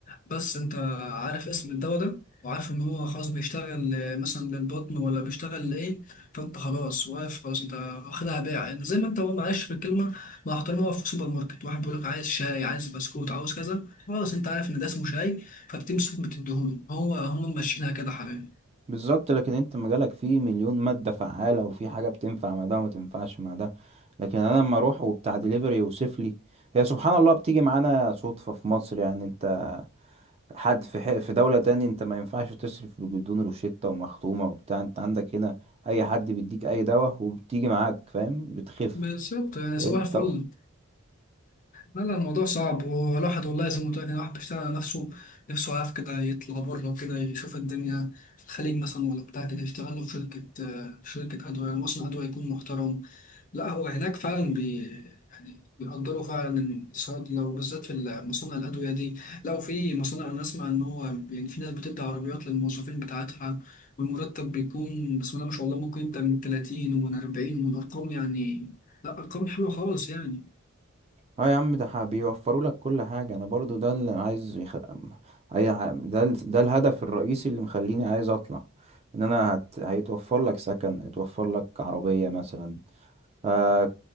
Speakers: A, on the left; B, on the right.
A: بس انت عارف اسم الدواء ده وعارف ان هو خلاص بيشتغل آه، مثلا للبطن ولا بيشتغل لايه فانت خلاص واقف خلاص انت واخدها بيع يعني زي ما انت هو معلش في الكلمه مع احترامي واقف في السوبر ماركت واحد بيقول لك عايز شاي عايز بسكوت عاوز كذا خلاص انت عارف ان ده اسمه شاي فبتمسك بتديهوله هو هم ماشيينها كده حبيبي
B: بالظبط لكن انت مجالك فيه مليون مادة فعالة وفي حاجة بتنفع مع ده وما تنفعش مع ده لكن انا لما اروح وبتاع دليفري يوصف لي هي سبحان الله بتيجي معانا صدفة في مصر يعني انت حد في حق في دولة تاني انت ما ينفعش تصرف بجدون روشتة ومختومة وبتاع انت عندك هنا اي حد بيديك اي دواء وبتيجي معاك فاهم بتخف
A: بالظبط يعني
B: انت
A: صباح الفل لا لا الموضوع صعب والواحد والله زي ما قلت لك إن الواحد بيشتغل على نفسه نفسه عارف كده يطلع بره كده يشوف الدنيا في الخليج مثلا ولا بتاع كده يشتغل له في شركة آه، في شركة أدوية يعني مصنع أدوية يكون محترم لا هو هناك فعلا بي يعني بيقدروا فعلا الصيدلة وبالذات في مصانع الأدوية دي لو في مصانع أنا أسمع إن هو يعني في ناس بتدي عربيات للموظفين بتاعتها والمرتب بيكون بسم الله ما شاء الله ممكن يبدأ من 30 ومن 40 ومن أرقام يعني لا أرقام حلوة خالص يعني
B: اه يا عم ده ح- بيوفروا لك كل حاجة انا برضو ده اللي عايز يخ... أي... ع- ده ال... ده الهدف الرئيسي اللي مخليني عايز اطلع ان انا هت... هيتوفر لك سكن هيتوفر لك عربية مثلا آه...